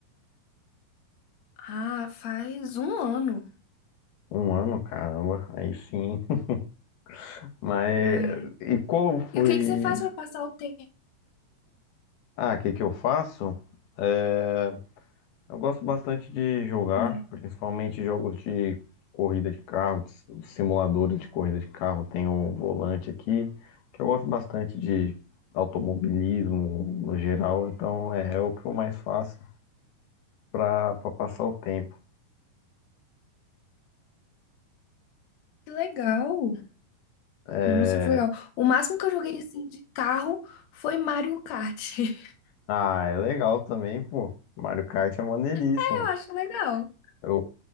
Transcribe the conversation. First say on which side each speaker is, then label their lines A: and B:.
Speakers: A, on the left (about 60°); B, on the left (about 85°).
A: Ah, faz um ano.
B: Um ano, caramba, aí sim. <laughs> Mas,
A: É.
B: e qual foi...
A: E o que que você faz pra passar o tempo?
B: Ah, o que que eu faço? É, Eu gosto bastante de jogar,
A: É.
B: principalmente jogos de corrida de carro, de simuladores de corrida de carro. Tem o volante aqui, que eu gosto bastante de automobilismo no geral, então é, é o que eu mais faço pra, pra passar o tempo.
A: Que legal.
B: É,
A: Nossa, que legal. O máximo que eu joguei assim de carro foi Mario Kart. <laughs>
B: Ah, é legal também, pô. Mario Kart é maneiríssimo.
A: Eu acho legal.
B: Eu,